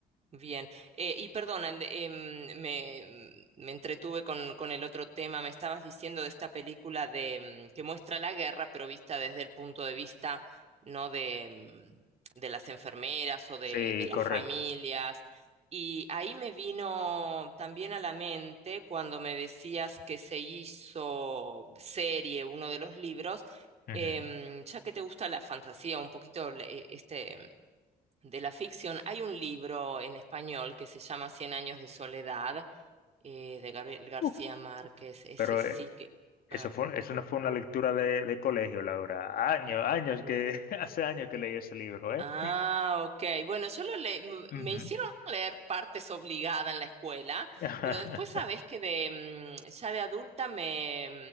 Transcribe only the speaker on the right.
Bien. Eh, y perdona, en- em, me, mm, me entretuve con, con el otro tema. Me estabas diciendo de esta película de mm, que muestra la guerra, pero vista desde el punto de vista, no de, mm, de las enfermeras o de,
de las
familias. Y ahí me vino también a la mente cuando me decías que se hizo serie uno de los libros.
Em, ya que te gusta la fantasía, un poquito le- eh, este, de la ficción, hay un libro en español que se llama Cien años de soledad, eh, de Gabriel García
Márquez. Ese
sí
que...
ah.
Ah, ok. Bueno, yo lo le m-
me hicieron leer partes obligada en la escuela,
pero después sabes que de mm, ya de adulta me,